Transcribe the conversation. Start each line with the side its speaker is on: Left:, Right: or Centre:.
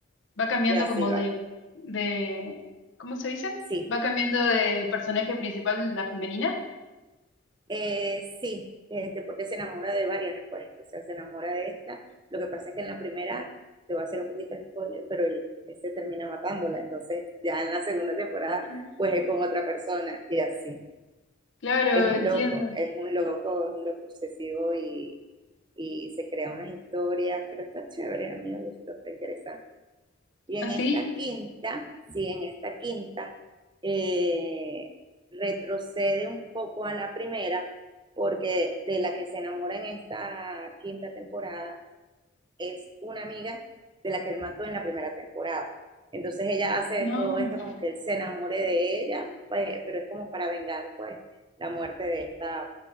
Left: va cambiando
Right: y así
Left: como
Right: va.
Left: de, de, ¿cómo se dice?
Right: Sí,
Left: Va cambiando de personaje principal, la femenina.
Right: eh, sí, este, porque se enamora de varias, pues, o sea, se enamora de esta. Lo que pasa es que en la primera, te voy a hacer un poquito de spoiler, pero él, él se termina matándola, entonces ya en la segunda temporada
Left: Ah,
Right: pues es con otra persona y así.
Left: claro,
Right: Es un
Left: entiendo.
Right: loco, es un loco, es un loco obsesivo y, y se crea unas historias, pero está chévere, a mí me gustó, está interesante. Y en
Left: ¿Así?
Right: esta quinta, sí, en esta quinta, eh, retrocede un poco a la primera, porque de la que se enamora en esta quinta temporada es una amiga de la que él mató en la primera temporada. Entonces ella hace
Left: No.
Right: todo esto como que él se enamore de ella, pues, pero es como para vengar pues la muerte de esta,